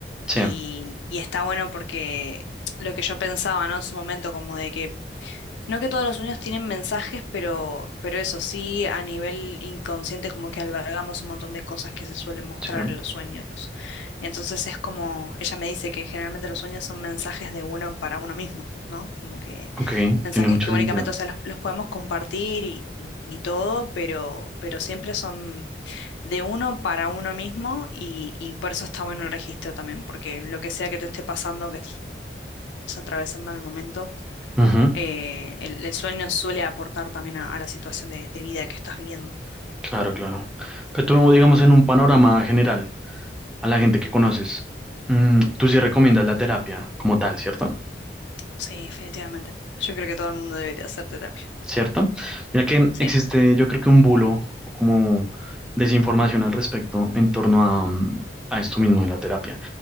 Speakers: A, in the centre; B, on the left.
A: Sí,
B: y, y está bueno porque lo que yo pensaba, ¿no? En su momento, como de que no que todos los sueños tienen mensajes, pero, pero eso sí, a nivel inconsciente como que albergamos un montón de cosas que se suelen mostrar
A: sí.
B: en los sueños. Entonces es como, ella me dice que generalmente los sueños son mensajes de uno para uno mismo, ¿no? Como que
A: Ok,
B: mensajes
A: tiene mucho
B: que
A: sentido.
B: únicamente, o sea, los, los podemos compartir y, y- y todo, pero, pero siempre son de uno para uno mismo y, y por eso está bueno el registro también, porque lo que sea que te esté pasando, que estés atravesando en el momento
A: Ujú,
B: eh, el, el sueño suele aportar también a, a la situación de, de vida que estás viviendo.
A: Claro, claro. Pero tú, digamos, en un panorama general, a la gente que conoces, mm, tú sí recomiendas la terapia como tal, ¿cierto?
B: Sí, definitivamente. Yo creo que todo el mundo debería hacer terapia.
A: ¿Cierto? Mira que
B: Sí,
A: existe, yo creo que un bulo o como desinformación al respecto en torno a, mm, a esto mismo de la terapia,